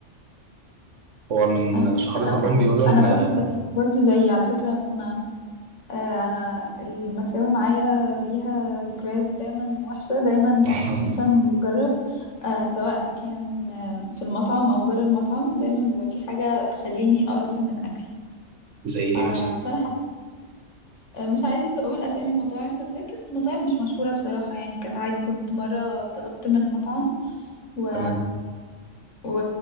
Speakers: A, on the right (about 80°); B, on the left (about 85°).
A: هو من
B: انا
A: صحابي كلهم
B: انا
A: بيقولوا إن
B: أنا برضو
A: آه،
B: زي انت برضو زي على فكرة انا آه، انا المشاوي معايا ليها ذكريات دايما وحشة دايما
A: <laughs>
B: مثلا بجرب آه، سواء كان آه، في المطعم او بره المطعم دايما بيبقى في حاجة تخليني اقرف من الاكل
A: زي إيه
B: ف-
A: مثلا
B: فانا حك... آه، مش عايزة اقول اسامي مطاعم بس هي كانت مطاعم مش مشهورة بصراحة يعني كانت عادي كنت مرة طلبت من مطعم و...
A: تمام
B: و...